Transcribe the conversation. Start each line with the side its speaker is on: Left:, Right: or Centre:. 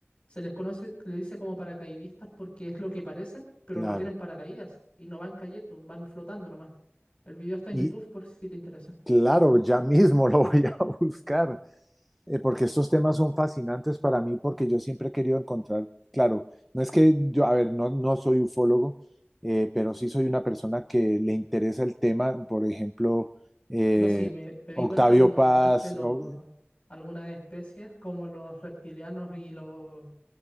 Left: Se les conoce, le dice como paracaidistas porque es lo que parecen, pero
Centre: claro.
Left: no tienen paracaídas y no van cayendo, van flotando nomás. El video está en
Centre: Y,
Left: YouTube por si te interesa.
Centre: Claro, ya mismo lo voy a <laughs> buscar, eh, porque estos temas son fascinantes para mí, porque yo siempre he querido encontrar, claro, no es que yo, a ver, no, no soy ufólogo, eh, pero sí soy una persona que le interesa el tema, por ejemplo, eh,
Left: No, sí, me, me
Centre: Octavio
Left: di cuenta cuando
Centre: Paz,
Left: nombraste los
Centre: o-
Left: algunas especies como los reptilianos y los...